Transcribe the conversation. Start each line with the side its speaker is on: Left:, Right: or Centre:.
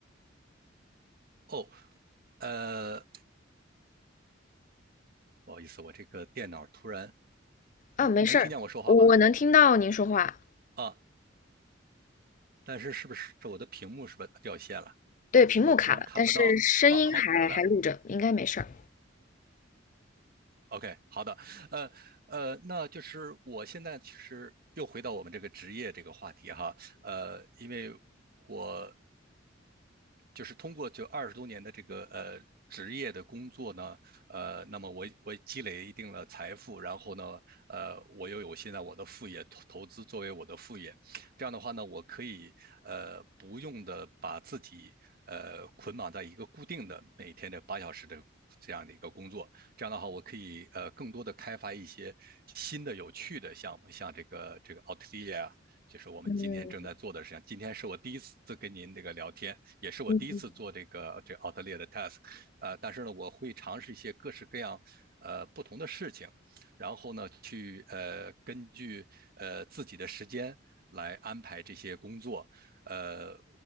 Right: 哦，呃，不好意思，我这个电脑突然，
Left: 啊，
Right: 你你能听见我说话吧？
Left: 没事儿，我能听到您说话，
Right: 啊，但是是不是我的屏幕是不是掉线了？
Left: 对，屏幕卡了，
Right: 我突然看不到了。
Left: 但是声音还还录着，
Right: 哦，好了，回来了。
Left: 应该没事儿。
Right: OK，好的，呃呃，那就是我现在其实又回到我们这个职业这个话题哈，呃，因为我就是通过就二十多年的这个呃职业的工作呢，呃，那么我我积累一定的财富，然后呢，呃，我又有现在我的副业投投资作为我的副业，这样的话呢，我可以呃不用的把自己呃捆绑在一个固定的每天的八小时的。这样的一个工作，这样的话，我可以呃更多的开发一些新的有趣的项目，像这个这个奥特利啊，就是我们今天正在做的事情。
Left: 嗯
Right: 今天是我第一次跟您这个聊天，也是我第一次做这个这个奥特列的
Left: 嗯嗯嗯
Right: task，呃，但是呢，我会尝试一些各式各样呃不同的事情，然后呢，去呃根据呃自己的时间来安排这些工作，呃，